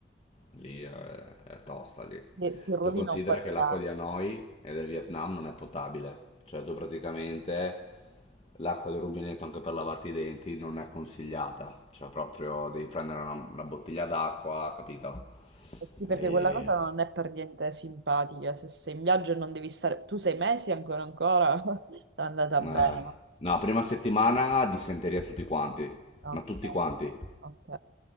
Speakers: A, on the left (about 35°); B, on the right (about 75°).
A: lì è, è tosta lì.
B: ti ti
A: Tu
B: rovina
A: considera
B: un po' il
A: che l'acqua
B: piano.
A: di Hanoi e del Vietnam non è potabile, cioè tu praticamente l'acqua del rubinetto anche per lavarti i denti non è consigliata, cioè proprio devi prendere una, una bottiglia d'acqua, capito?
B: Eh Sì, perché
A: E,
B: quella cosa non è per niente simpatica. Se sei in viaggio e non devi stare... Tu sei mesi ancora ancora? <laughs> È andata
A: eh,
B: bene. no?
A: no, prima settimana dissenteria tutti quanti,
B: Ok,
A: ma tutti quanti.
B: ok.